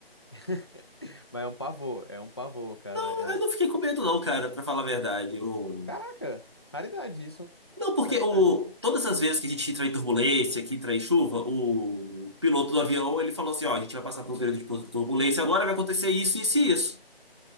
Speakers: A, on the left; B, on the right.
A: <laughs> Mas é um pavor, é um pavor, cara.
B: Eu
A: É...
B: não fiquei com medo, não, cara, pra falar a verdade. Eu...
A: Caraca, raridade isso,
B: Não, porque
A: raridade.
B: o... todas as vezes que a gente entra em turbulência, que entra em chuva, o piloto do avião ele falou assim: ó, a gente vai passar por um período de turbulência, agora vai acontecer isso, isso e isso.